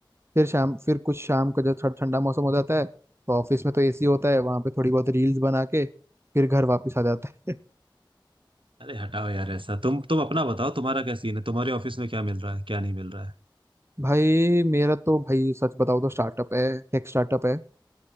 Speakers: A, on the right; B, on the right.
A: फिर शाम फिर कुछ शाम का जब थोड़ा ठंडा मौसम हो जाता है तो ऑफिस में तो एसी होता है वहाँ पे थोड़ी बहुत रील्स बना के फिर घर वापस आ जाता है
B: अरे हटाओ यार ऐसा तुम तुम अपना बताओ तुम्हारा क्या सीन है तुम्हारे ऑफिस में क्या मिल रहा है क्या नहीं मिल रहा है
A: <laughs> भाई मेरा तो भाई सच बताओ तो स्टार्टअप है टेक स्टार्टअप है